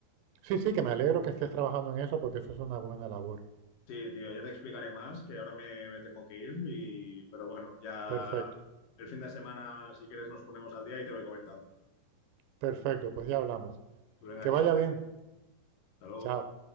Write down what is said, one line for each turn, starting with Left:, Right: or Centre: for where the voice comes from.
Right: Sí, sí, que me alegro que estés trabajando en eso porque eso es una buena labor.
Left: Sí, tío, ya te explicaré más, que ahora me, me tengo que ir, y... pero bueno, ya
Right: Perfecto,
Left: el fin de semana, si quieres, nos ponemos al día y te voy comentando.
Right: perfecto, pues ya hablamos.
Left: Pues venga,
Right: Que
Left: tío,
Right: vaya
Left: cuídate.
Right: bien.
Left: Hasta luego.
Right: Chao.